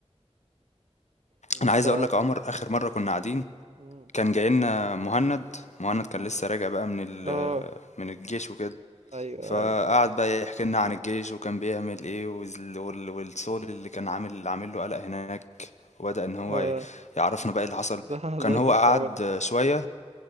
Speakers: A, on the right; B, on the left.
A: انت
B: أنا عايز أقول لك عمر آخر مرة كنا قاعدين
A: مم.
B: كان جاي لنا مهند مهند كان لسه راجع بقى من ال
A: اه
B: من الجيش وكده
A: ايوه
B: فقعد
A: ايوه
B: بقى يحكي لنا عن الجيش وكان بيعمل إيه وال- وال- والصول اللي كان عامل عامل له قلق هناك وبدأ إن هو
A: اه
B: ي- يعرفنا بقى إيه اللي حصل
A: ده <laughs> الله
B: كان
A: يكون
B: هو قعد
A: في عونه
B: شوية